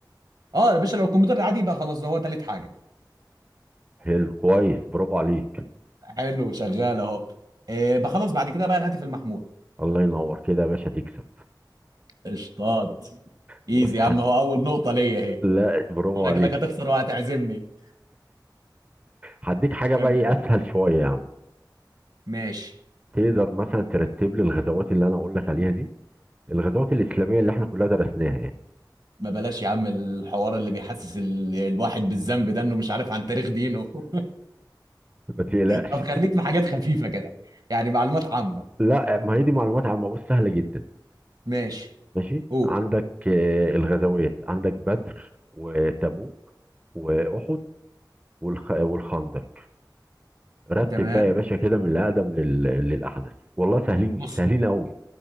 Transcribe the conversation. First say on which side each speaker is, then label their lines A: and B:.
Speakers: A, on the right; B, on the right.
A: اه يا باشا لو الكمبيوتر العادي يبقى خلاص ده هو تالت حاجة
B: حلو كويس برافو عليك
A: حلو شغال اهو إيه بخلص بعد كده بقى الهاتف المحمول
B: الله ينور كده يا باشا تكسب
A: قشطات
B: بص
A: ايزي يا
B: حت...
A: عم هو اول نقطة ليا اهي
B: لا برافو
A: شكلك
B: عليك
A: هتخسر وهتعزمني
B: هديك حاجه
A: كمل
B: بقى ايه اسهل شويه يا عم
A: ماشي
B: تقدر مثلا ترتب لي الغزوات اللي انا اقول لك عليها دي الغزوات الاسلاميه اللي احنا كلها درسناها يعني
A: ما بلاش يا عم الحوار اللي بيحسس ال- الواحد بالذنب ده انه مش عارف عن تاريخ دينه <laughs>
B: <laughs> ما تقلقش
A: طب خليك في حاجات خفيفة كده يعني معلومات عامة
B: لا ما هي دي معلومات عامه بص سهله جدا
A: ماشي
B: ماشي
A: اوه
B: عندك آه، الغزوات عندك بدر وتبوك واحد والخ... والخندق رتب
A: تمام
B: بقى يا باشا كده من الأقدم لل... للأحدث والله سهلين
A: بص
B: سهلين قوي